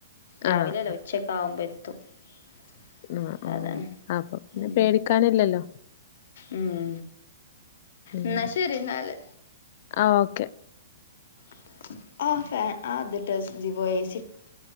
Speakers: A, on the left (about 60°); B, on the left (about 45°).
A: രാവിലെയല്ല
B: ആഹ്
A: ഉച്ചക്കെ ആകുമ്പോ എത്തും <unintelligible>
B: ആ
A: അതാണ്
B: ആ അപ്പൊ പിന്നെ
A: ഉം
B: പേടിക്കാനില്ലല്ലോ
A: ഉം
B: ഉം
A: എന്നാ ശരി എന്നാല്
B: ആഹ് ഓക്കെ.
A: <unintelligible>